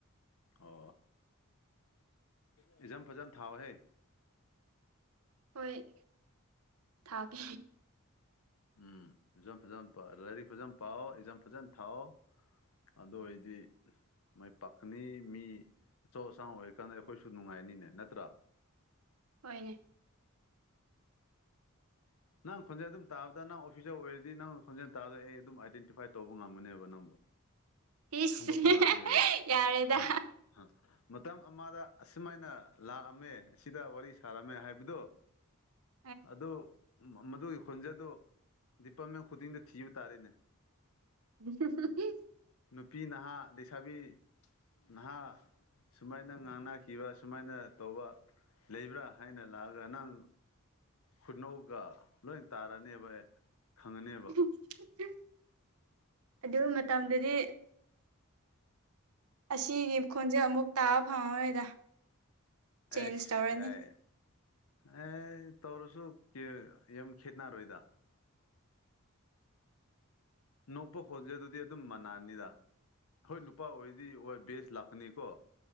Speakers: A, on the left; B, on the right.
A: ꯑꯣ ꯑꯦꯛꯖꯥꯝ ꯐꯖꯅ ꯊꯥꯎꯍꯦ!
B: ꯍꯣꯏ ꯊꯥꯒꯦ
A: ꯎꯝ ꯐꯖꯅ- ꯐꯖꯅ ꯄꯥ ꯂꯥꯏꯔꯤꯛ ꯐꯖꯅ ꯄꯥꯎ ꯑꯦꯛꯖꯝ ꯐꯖꯅ ꯊꯥꯎ꯫ ꯑꯗꯨ ꯑꯣꯏꯗꯤ ꯃꯥꯏ ꯄꯥꯛꯀꯅꯤ ꯃꯤ ꯑꯆꯧ- ꯑꯁꯥꯡ ꯑꯣꯏꯔꯤꯀꯥꯟꯗ ꯑꯩꯈꯣꯏꯁꯨ ꯅꯨꯡꯉꯥꯏꯅꯤꯅꯦ ꯅꯠꯇ꯭ꯔꯥ?
B: ꯍꯣꯏꯅꯦ
A: ꯅꯪ ꯈꯣꯟꯖꯦꯜ ꯑꯗꯨꯝ ꯇꯥꯕꯗ ꯅꯪ ꯑꯣꯐꯤꯁꯥꯔ ꯑꯣꯏꯔꯗꯤ ꯅꯪ ꯈꯣꯟꯖꯦꯜ ꯇꯥꯕꯗ ꯑꯩ ꯑꯗꯨꯝ ꯑꯥꯏꯗꯦꯟꯇꯤꯐꯥꯏ ꯇꯧꯕ ꯉꯝꯃꯅꯦꯕ ꯅꯪꯕꯨ꯫
B: ꯏꯁ
A: ꯈꯥꯡꯗꯣꯛꯄ ꯉꯝꯅꯦꯕ
B: ꯌꯥꯔꯦꯗ
A: ꯍꯥ ꯃꯇꯝ ꯑꯃꯗ ꯑꯁꯨꯃꯥꯏꯅ ꯂꯥꯛꯑꯝꯃꯦ ꯑꯁꯤꯗ ꯋꯥꯔꯤ ꯁꯥꯔꯝꯃꯦ ꯍꯥꯏꯕꯗꯨ
B: <inaudible>
A: ꯑꯗꯨ ꯃꯗꯨꯒꯤ ꯈꯣꯟꯖꯗꯣ ꯗꯤꯄꯥꯛꯅ ꯈꯨꯗꯤꯡꯗ ꯊꯤꯕ ꯇꯥꯔꯦꯅꯦ
B: <unintelligible>
A: ꯅꯨꯄꯤ ꯅꯍꯥ ꯂꯩꯁꯥꯕꯤ ꯅꯍꯥ ꯁꯨꯃꯥꯏꯅ ꯉꯥꯡꯅꯈꯤꯕ ꯁꯨꯃꯥꯏꯅ ꯇꯧꯕ ꯂꯩꯕ꯭ꯔꯥ ꯍꯥꯏꯅ ꯂꯥꯛꯑꯒ ꯅꯪ ꯈꯨꯠꯅꯧꯒ ꯂꯣꯏ ꯇꯥꯔꯅꯦꯕ ꯈꯪꯉꯅꯦ
B: <inaudible> ꯌꯨꯝ ꯃꯇꯝꯗꯗꯤ ꯑꯁꯤꯒꯤ ꯈꯣꯟꯖꯦꯜ ꯑꯃꯨꯛ ꯇꯥꯕ ꯐꯪꯉꯔꯣꯏꯗ
A: ꯑꯩꯁ
B: ꯆꯦꯟꯖ ꯇꯧꯔꯅꯤ
A: ꯀꯥꯏ ꯑꯦ ꯇꯧꯔꯁꯨ ꯌꯥꯝ ꯈꯦꯠꯅꯔꯣꯏꯗ ꯅꯣꯛꯄ ꯈꯣꯟꯖꯦꯜꯗꯨꯗꯤ ꯑꯗꯨꯝ ꯃꯅꯥꯅꯤꯗ ꯍꯣꯏ ꯅꯨꯄꯥ ꯑꯣꯏꯔꯗꯤ ꯍꯣꯏ ꯕꯦꯁ ꯂꯥꯛꯀꯅꯤꯀꯣ꯫